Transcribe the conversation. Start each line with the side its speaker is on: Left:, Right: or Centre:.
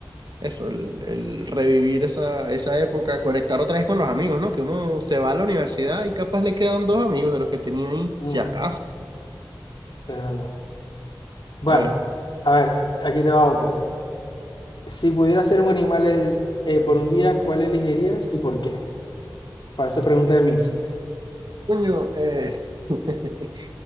Right: eso, el, el revivir esa, esa época, conectar otra vez con los amigos, ¿no? Que uno se va a la universidad y capaz le quedan dos amigos de los que tenía ahí,
Left: Mm,
Right: si acaso.
Left: es verdad. Bueno,
Right: A ver.
Left: a ver, aquí te va otra. Si pudieras ser un animal el- eh, por un día, ¿cuál elegirías y por qué? Para esa pregunta de mis.
Right: Coño, eh, <laughs>